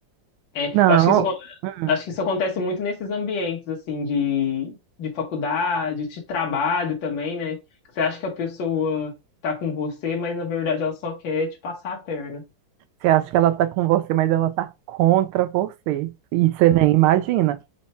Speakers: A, on the left; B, on the right.
A: É,
B: Não,
A: eu acho que isso
B: hum,
A: Acho que isso acontece muito nesses ambientes, assim, de, de faculdade, de trabalho também, né? Você acha que a pessoa tá com você, mas na verdade ela só quer te passar a perna.
B: você acha que ela está com você, mas ela está contra você. E você nem imagina.